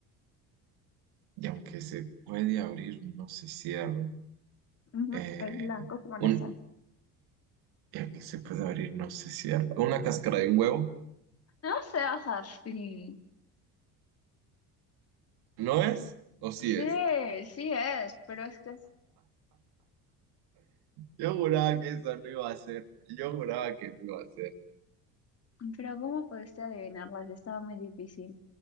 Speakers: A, on the right (about 75°); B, on the left (about 40°).
A: Y aunque se puede abrir, no se cierra.
B: Ujú,
A: Eh,
B: Es blanco como la
A: un,
B: sal.
A: y aunque se puede abrir, no se cierra. ¿Una cáscara de un huevo?
B: No seas así.
A: ¿No es? ¿O sí
B: Sí,
A: es?
B: sí es, pero es que
A: Yo juraba que eso no iba a ser. Yo juraba que no iba a ser.
B: Pero ¿cómo pudiste adivinarlas? Estaba muy difícil.